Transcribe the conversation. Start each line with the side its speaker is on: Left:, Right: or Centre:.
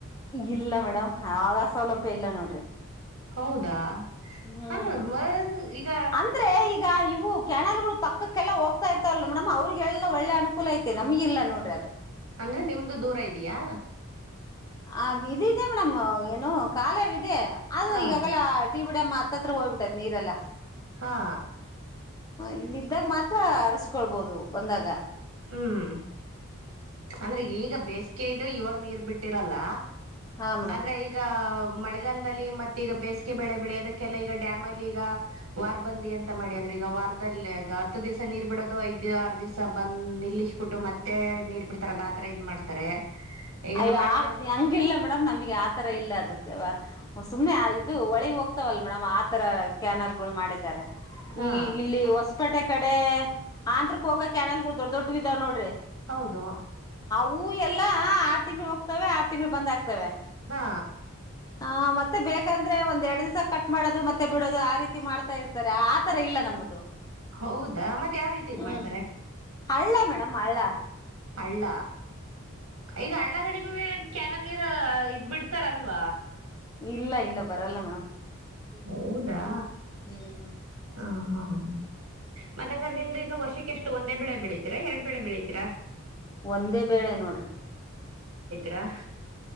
Left: ಇಲ್ಲ ಮೇಡಮ್ ಹಾವ ಸೌಲಭ್ಯ ಇಲ್ಲ ನೋಡ್ರಿ.
Right: ಹೌದಾ
Left: ಹ್ಮ್
Right: ಅಲ್ಲ ಈಗ
Left: ಅಂದ್ರೆ ಈಗ ಇವು ಕ್ಯಾನಲ್ ಗಳು ಪಕ್ಕಕ್ಕೆಲ್ಲ ಹೋಗ್ತಾ ಇರ್ತವಲ್ ಮೇಡಮ್ ಅವ್ರಿಗೆ ಎಲ್ಲ ಒಳ್ಳೆ ಅನುಕೂಲ ಐತೆ ನಮಗ ಇಲ್ಲ ನೋಡ್ರಿ ಅದು.
Right: ಅಂದ್ರೆ ನಿಮ್ದು ದೂರ ಇದಿಯಾ?
Left: ಹಾಗ ಇದಿದೆ ಮೇಡಮ್ ಏನು ಕಾಲವ್ ಇದೆ. ಅದು
Right: ಹಾ
Left: ಈಗಾಗಲ ತ್ತಿ ಬಿಡಮ್ಮ ಹತ್ತತ್ರ ಹೊಯ್ಬಿಟೈತ್ ನೀರೆಲ್ಲ.
Right: ಹಾ
Left: ಇಲ್ಲಿದ್ದಾಗ ಮಾತ್ರ ಅರಸ್ಕೊಳ್ಬೋದು ಬಂದಾಗ.
Right: ಹ್ಮ್ ಅಂದ್ರೆ ಈಗ ಬೇಸಿಗೆದು ಇವಾಗ ನೀರ್ ಬಿಟ್ಟಿರಲ್ಲ.
Left: ಹಾ ಮೇಡಮ್
Right: ಆದ್ರೆ ಈಗ ಮಳೆ ಮಳೆಗಾಲದಲ್ಲಿ ಮತ್ತ ಈಗ ಬೇಸಿಗೆ ಬೆಳೆ ಬೆಳೆಯೋದಕ್ಕೆಲ್ಲ ಈಗ ಡ್ಯಾಮಲ್ಲಿ ಈಗ ವಾರ್ ಬಂದಿ ಅಂತ ಮಾಡಿ ಅಂದ್ರೆ ಈಗ ವಾರದಲ್ಲಿ ಈಗ ಹತ್ತು ದಿವಸ ನೀರ್ ಬಿಡೋದು ಐದ್ ಆರು ದಿವ್ಸ ಬನ್ ನಿಲ್ಲಿಸ್ ಬಿಟ್ಟು ಮತ್ತೆ ನೀರ್ ಬಿಡ್ತಾರಲ್ಲ ಆತರ ಇದ್ ಮಾಡ್ತಾರೆ. ಈಗ
Left: ಐದಾರ್
Right: ನಮ್ಮ ಮಳೆಗಾಲ
Left: ಹಂಗಿಲ್ಲ ಮೇಡಮ್ ನಮ್ಗೆ ಆತರ ಇಲ್ಲ ಅದಕ್ಕೆ ವ ಹೊಸ್ ಸುಮ್ನೆ ಆ ಇದು ಹೋಳಿಗ್ ಹೋಗ್ತವಲ್ಲ ಮೇಡಮ್ ಆತರ ಕ್ಯಾನಲ್ ಗಳು ಮಾಡಿದ್ದಾರೆ.
Right: ಹಾ
Left: ಈ ಇಲ್ಲಿ ವಸ್ ಪೇಟೆ ಕಡೆ ಆಂಧ್ರ ಕೋಗಾ ಕ್ಯಾನಲ್ ಗಳ್ ದೊಡ್ಡ ದೊಡ್ಡುವ್ ಇದಾವ್ ನೋಡ್ರಿ.
Right: ಹೌದು
Left: ಹೂ ಎಲ್ಲಾ ಆರ್ ತಿಂಗಳು ಹೋಗ್ತವೆ ಆರು ತಿಂಗಳು ಬಂದ್ ಆಗ್ತವೆ.
Right: ಹಾ
Left: ಹ ಮತ್ತೆ ಬೇಕಂದ್ರೆ ಒಂದ್ ಎರಡ್ ದಿವ್ಸ ಕಟ್ ಮಾಡೋದು ಮತ್ತೆ ಬಿಡೋದು ಆ ರೀತಿ ಮಾಡ್ತಾ ಇರ್ತಾರೆ ಆತರ ಇಲ್ಲ ನಮ್ಮದು.
Right: ಹೌದಾ ಮತ್ ಯಾವ್ ರೀತಿ ಇದ್
Left: ಹ್ಮ್
Right: ಮಾಡ್ತಾರೆ.
Left: ಹಳ್ಳ ಮೇಡಮ್ ಹಳ್ಳ
Right: ಹಳ್ಳ ಈಗ್ ಹಳ್ಳಗಳಿಗುವೇ ಕ್ಯಾನಲ್ ನೀರು ಇದ್ ಬಿಡ್ತಾರಲ್ವ.
Left: ಇಲ್ಲ ಇಲ್ಲ ಬರಲ್ಲ ಮೇಡಮ್
Right: ಹೌದಾ
Left: ಹ್ಮ್
Right: ಹಾ ಹ ಮದಂಗಾರ್ ನಿಮ್ದು ಈಗ ವರ್ಷಕ್ಕೆಷ್ಟು ಒಂದೇ ಬೆಳೆ ಬೆಳಿತೀರಾ ಎರಡ್ ಬೆಳೆ ಬೆಳಿತೀರಾ?
Left: ಒಂದೇ ಬೇಳೆ ನೋಡ್ರಿ.
Right: ತೀರಾ?